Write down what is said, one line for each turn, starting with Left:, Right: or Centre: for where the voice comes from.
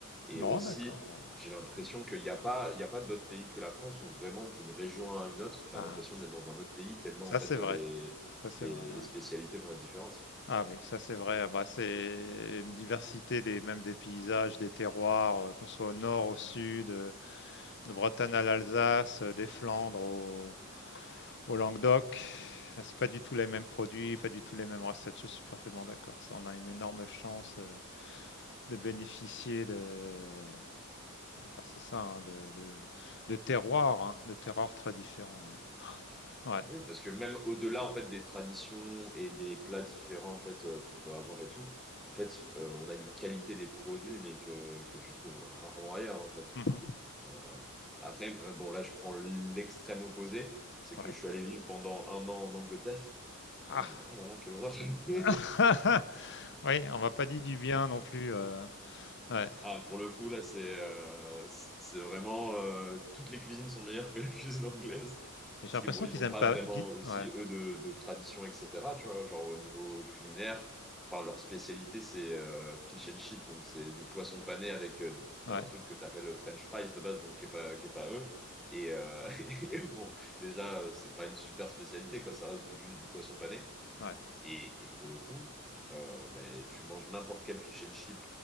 Centre: Et
Left: Non,
Centre: aussi,
Left: d'accord.
Centre: j'ai l'impression
Left: Mmh.
Centre: qu'il n'y a pas, il y a pas d'autres pays que la France où vraiment d'une région à une autre, tu
Left: Ah,
Centre: as l'impression d'être dans un autre pays tellement
Left: ça
Centre: en fait
Left: c'est vrai,
Centre: les,
Left: ça c'est
Centre: les,
Left: vrai, ouais.
Centre: les spécialités vont être différentes.
Left: Ah oui, ça c'est vrai, ah bah, c'est une diversité des même des paysages, des terroirs, heu, qu'on soit au nord, au sud, heu, de Bretagne à l'Alsace, heu, des Flandres au au Languedoc. Ah, c'est pas du tout les mêmes produits, pas du tout les mêmes recettes, je suis parfaitement d'accord. Ça, on a une énorme chance de de bénéficier de, heu, bah, c'est ça, hein, de de de terroirs, hein, de terroirs très différents, ouais. Ouais.
Centre: Oui, parce que même au-delà en fait des traditions et des plats différents en fait euh, qu'on peut avoir et tout, en fait, euh, on a une qualité des produits mais que, que tu trouves rarement ailleurs en fait.
Left: Mmh
Centre: Euh, après, euh, bon là je prends l'extrême opposé, c'est
Left: Ouais.
Centre: que
Left: Ouais.
Centre: je suis allé vivre pendant un an en Angleterre.
Left: Ah!
Centre: Oh mais oh là là, quelle horreur! <laughs>
Left: <laughs> Oui, on m'a pas dit du bien non plus, heu, ouais.
Centre: Ah, pour le coup, là, c'est euh, c'est c'est vraiment... euh, toutes les cuisines sont meilleures que la cuisine anglaise.
Left: Mais j'ai
Centre: Parce
Left: l'impression
Centre: que bon, ils
Left: qu'ils
Centre: n'ont
Left: aiment
Centre: pas
Left: pas
Centre: vraiment
Left: qui
Centre: aussi,
Left: ouais,
Centre: eux, de, de tradition, etc. Tu vois, genre au niveau culinaire. Enfin, leur spécialité, c'est euh, fish and chip. Donc, c'est du poisson pané avec euh,
Left: ouais,
Centre: un truc que tu appelles French fries de base, donc qui n'est pas, qui est pas eux. Et, euh, <laughs> et bon, déjà, euh, c'est pas une super spécialité, quoi. Ça reste du- juste du poisson pané.
Left: ouais,
Centre: Et, et pour le coup, euh, ben, tu manges n'importe quel fish and chip